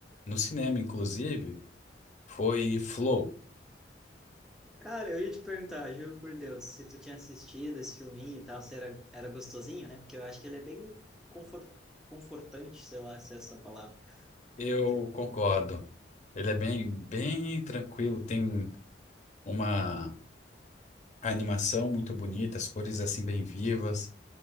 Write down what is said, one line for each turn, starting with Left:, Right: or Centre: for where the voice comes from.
Left: no cinema inclusive, foi Flow.
Centre: Cara, eu ia te perguntar, juro por Deus, se tu tinha assistido esse filminho e tal, se era, era gostosinho, né? Porque eu acho que ele é bem confort, confortante, sei lá se é essa palavra.
Left: Eu
Centre: Não tem.
Left: concordo. Ele é bem, bem tranquilo, tem uma animação muito bonita, as cores assim bem vivas.